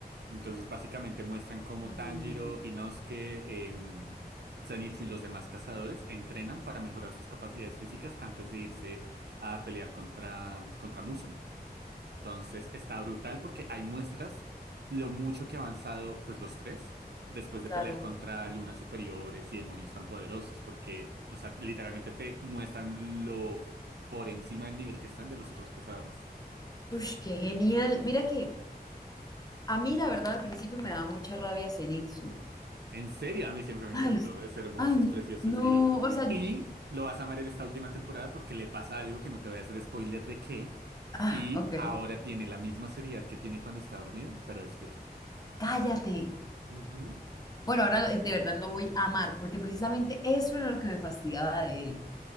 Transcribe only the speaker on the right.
Entonces, básicamente muestran cómo
Tanjiro, Inosuke, em, Zenitsu y los demás cazadores entrenan para mejorar sus capacidades físicas antes de irse a pelear contra, contra Musen. Entonces está brutal porque hay muestras lo mucho que ha avanzado pues los tres después de
pelear contra lunas superiores y demonios tan poderosos porque, o sea, literalmente te muestran lo por encima del nivel que están de los otros cazadores.
En serio, a mí siempre me
encantó, es hermoso,
es precioso,
es divino.
Y lo vas a amar en esta última temporada porque le pasa algo que no te voy a hacer spoiler de qué
y
ahora tiene la misma seriedad que tiene cuando está dormido, pero despierto.
Ujú.